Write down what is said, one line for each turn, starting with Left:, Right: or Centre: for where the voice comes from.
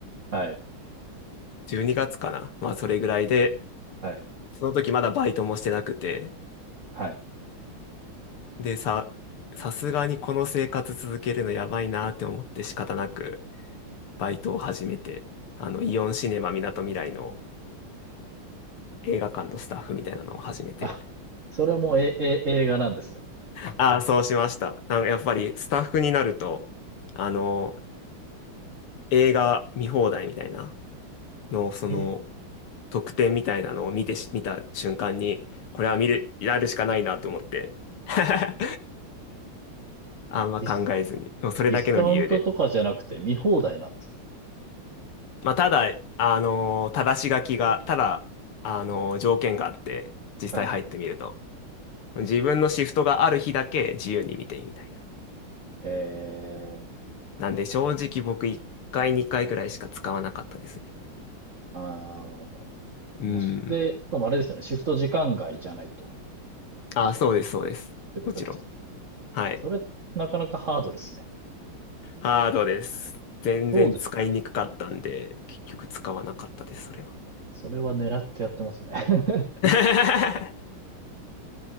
Right: はい。
Left: 12月かな。まあ、それぐらいで、
Right: はい。
Left: その時まだバイトもしてなくて、
Right: はい。
Left: で、さ、さすがにこの生活続けるのやばいなって思って仕方なく、バイトを始めて、あの、イオンシネマみなとみらいの映画館のスタッフみたいなのを始めて、
Right: あ、それもえ、え、映画なんですね。
Left: ああ、そうしました。なんかやっぱりスタッフになると、あの、映画見放題みたいなの、その、
Right: えー
Left: 特典みたいなのを見てし、見た瞬間に、これは見る、やるしかないなって思って。<laughs> あんま考えずに。
Right: ディス、
Left: もうそれだけの理由で。
Right: ディスカウントとかじゃなくて見放題なんですか
Left: まあ、ただ、あのー、正し書きが、ただ、あのー、条件があって、実際入ってみると。
Right: はい。
Left: 自分のシフトがある日だけ自由に見ていいみたいな。
Right: へえ、
Left: なんで正直僕1回2回くらいしか使わなかったですね。
Right: ああ、面白い。
Left: うん。
Right: で、しかもあれですよね。シフト時間外じゃないと、
Left: あ、そうです、そうです。
Right: ってことですよね。
Left: もちろん。はい。
Right: それ、なかなかハードですね。
Left: ハードです。全然使いにくかったんで、
Right: そうですよね。
Left: 結局使わなかったです、それは。
Right: それは狙ってやってますね。<laughs>
Left: <laughs>